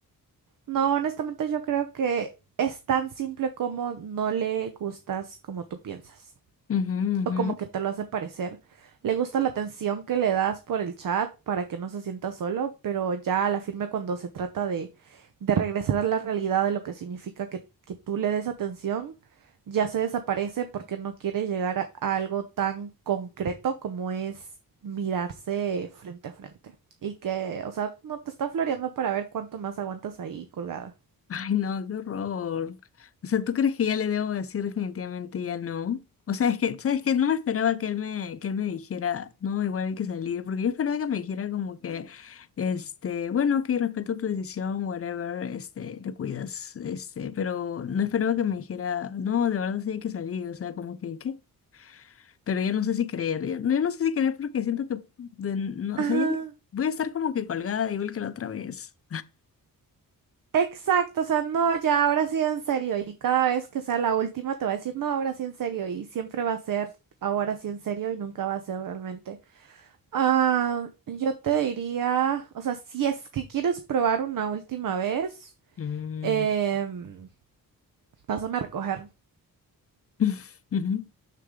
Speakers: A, on the right (about 65°); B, on the left (about 40°).
A: no, honestamente yo creo que es tan simple como no le gustas como tú piensas.
B: ujú, ujú,
A: o
B: ujú.
A: como que te lo hace parecer. Le gusta la atención que le das por el chat para que no se sienta solo, pero ya a la firme cuando se trata de, de regresar a la realidad de lo que significa que, que tú le des atención, ya se desaparece porque no quiere llegar a, a algo tan concreto como es mirarse frente a frente. Y que, o sea, no te está floreando para ver cuánto más aguantas ahí colgada.
B: Ay, no, qué horror. O sea, ¿tú crees que ya le debo decir definitivamente ya no? O sea, es que, ¿sabes qué? No me esperaba que él me, que él me dijera, no, igual hay que salir, porque yo esperaba que me dijera como que, este, bueno, ok, respeto tu decisión, whatever, este, te cuidas, este, pero no esperaba que me dijera, no, de verdad sí hay que salir, o sea, como que, ¿qué? Pero ya no sé si creer, ya, ya no sé si creer porque siento que, de- no,
A: Ajá.
B: o sea, ya ni- voy a estar como que colgada igual que la otra vez.
A: Exacto, o sea, no, ya ahora sí en serio. Y cada vez que sea la última te va a decir, no, ahora sí en serio. Y siempre va a ser ahora sí en serio y nunca va a ser realmente. Ah, yo te diría, o sea, si es que quieres probar una última vez,
B: Mm.
A: em, pásame a recoger.
B: <laughs> Ujú.